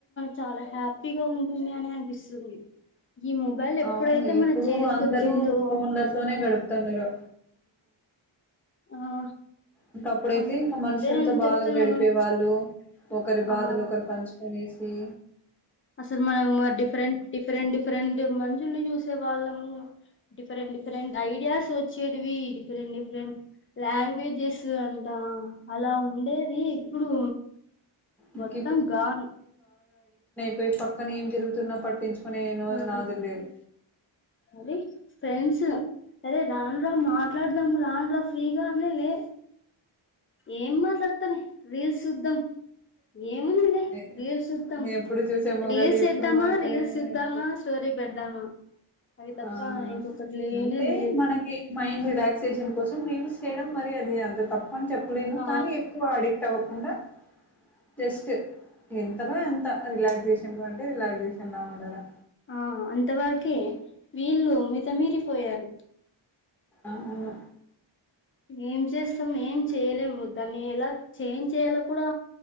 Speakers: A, on the left; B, in the centre.
A: చాలా హ్యాపి హిగా ఉంటుంది అని అనిపిస్తుంది ఈ మొబైల్ ఎప్పుడైతే
B: అవును
A: మన
B: ఇప్పుడు
A: చేతికొచ్చిందో
B: అందరూ ఫోన్లతోనే గడుపుతున్నారు
A: ఆ
B: ఇంకా అప్పుడైతే
A: కొన్
B: ఇంకా మనుషులతో
A: అదేనండి
B: బాగా
A: చెప్తున్నాను
B: గడిపే వాళ్ళు ఒకరి
A: ఆ
B: బాధలు ఒకరు పంచుకొని ది
A: అసలు మనం డిఫరెంట్ డిఫరెంట్ డిఫరెంట్ మనుషుల్ని చూసే వాళ్ళము డిఫరెంట్ డిఫరెంట్ ఐడియాస్ వచ్చేటివి రెం డిఫరెంట్ లాంగ్వేజెస్ అంటా అలా ఉండేది ఇప్పుడు
B: ఇంక
A: మొత్తం గా
B: పోయి పక్కన ఏం జరుగుతున్నా పట్టించు కునే నోధు
A: ఆ
B: నాదుడు లేడు
A: అది ఫ్రెండ్స్ అదే రాను రా మాట్లాడదాము రాను రా ఫ్రీగా ఉన్నా లే ఏం మాట్లాడతన్ రీల్స్ చూద్ధం ఏముందిలే
B: ఏ
A: రీల్స్ చూద్దాం
B: ఎప్పుడు చూసే మొగలు
A: రీల్స్
B: ఎప్పుడు
A: చేద్దామా
B: మాట్లాడే
A: రీల్స్ చేద్దామా
B: దాంతో
A: స్టోరీ పెడదామా అవి తప్ప
B: ఆ
A: ఇంకొకటి లేనే
B: అంటే
A: లేదు
B: మనకి మైండ్ రిలాక్సేషన్ కోసం రీ రీల్స్ చేయడం మరి అదే అంత తప్ పని చెప్పలేను
A: ఆ
B: కానీ ఎక్కువ అడిక్ట్ అవ్వకుండా జస్ట్ ఎంతలో ఎంత రిలాక్సేషన్ లో అంటే రిలాక్సేషన్ లా ఉండాలా
A: ఆ అంతవరకే వీళ్ళు మితమీరిపోయారు
B: అవును
A: ఏం చేస్తాం ఏం చేయలేము దాన్ని ఎలా చేం చేయయాలో కూడా